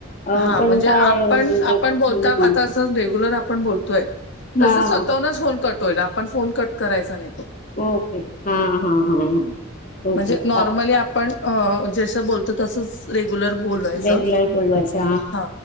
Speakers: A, on the left; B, on the left.
A: अ
B: हा
A: पण
B: म्हणजे
A: काय
B: आपण
A: म्हणजे
B: आपण
A: हम्म
B: बोलता आता. रेग्युलर आपण बोलतोय तस
A: हा
B: स्वतःूनच
A: हा
B: फोन कट होईल आपण फोन कट करायचा नाही तो.
A: ओके हा हा हा ओके
B: म्हणजे
A: बा.
B: नॉर्मली आपण अ जसं बोलत तसंच. फोनवर बोलायचं
A: रेग्युलर बोलवायचं
B: हा